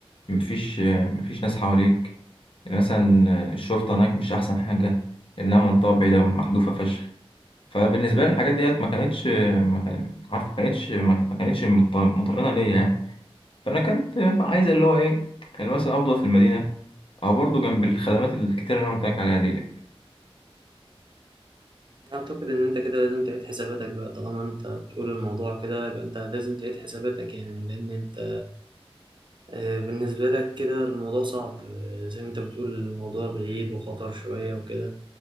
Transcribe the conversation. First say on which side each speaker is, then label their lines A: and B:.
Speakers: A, on the left; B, on the right.
A: مفيش آه، مفيش ناس حواليك مثلا آه، الشرطه هناك مش احسن حاجه لانها منطقه بعيده محذوفه فشخ فبالنسبه لي الحاجات ديت ما كانتش ما كان- عارف ما كانتش ما ما كانتش مط- مطمئنه ليا يعني فانا كنت عايز اللي هو ايه اللي مثلا افضل في المدينه او برضه جنب الخدمات الكتير اللي انا قلت لك عليها ديت
B: اعتقد ان انت كده لازم تعيد حساباتك بقى طالما انت بتقول الموضوع كده يبقى انت لازم تعيد حساباتك يعني لان انت آه، بالنسبة لك كده الموضوع صعب آه، زي ما انت بتقول الموضوع بعيد وخطر شوية وكده